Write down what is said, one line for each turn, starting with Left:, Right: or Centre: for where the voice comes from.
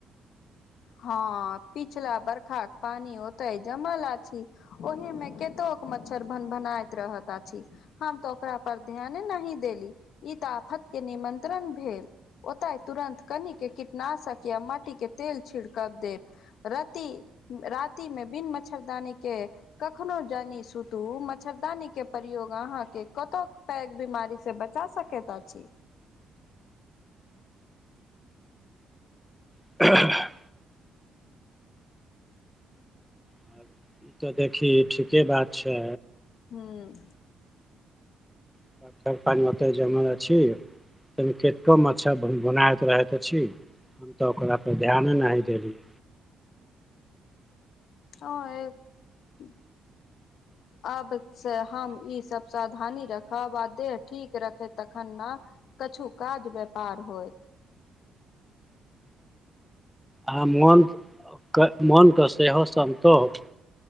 Left: हँ पिछला बरखा के पानी ओतय जमल अछि। ओहिमे कतो मच्छर भन भनाइत रहत अछि। हम तऽ ओकरा पर ध्यान नहि देली ई तऽ आफत के निमन्त्रण भेल। ओतय तुरन्त कनि के कीटनाशक या मटी के तेल छिड़क देब। रति राति मे बिन मच्छरदानी के कखनो जानी सुतू मच्छरदानीके प्रयोग अहाँके कतक पैघ बीमारी से बचा सकेत अछी।
Centre: <unintelligible> आ, ई तऽ देखी ठीके बात छै।
Left: ह्म्म।
Centre: <unintelligible> पानी मे ओते जाई माला छी, कनीके कम मच्छर भुनभुनाइत रहत। अछी हम तऽ ओकरा पर ध्यान नहि ही देलियै।
Left: ह एक आब से हम ई सब सावधानी रखब आ देह ठीक रखे तखन ने -- कछु काज व्यापार होय।
Centre: आ मनु के मनु के सेहो सन्तोष।